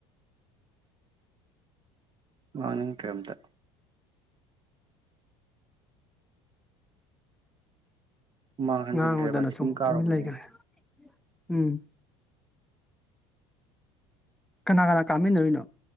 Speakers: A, on the right; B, in the centre.
A: ꯉꯥꯡꯅꯤꯡꯗ꯭ꯔꯦ ꯑꯝꯇ ꯍꯨꯃꯥꯡ ꯍꯟꯖꯤꯟꯗ꯭ꯔꯦꯕ
B: ꯉꯥꯡꯉꯨꯗꯅꯁꯨ
A: ꯆꯤꯡ
B: ꯑꯃꯨꯛ
A: ꯀꯥꯔꯨꯕꯅꯦ
B: ꯇꯨꯃꯤꯟ ꯂꯩꯈ꯭ꯔꯦ ꯎꯝ ꯀꯅꯥ ꯀꯅꯥ ꯀꯥꯝꯃꯤꯟꯅꯔꯨꯏꯅꯣ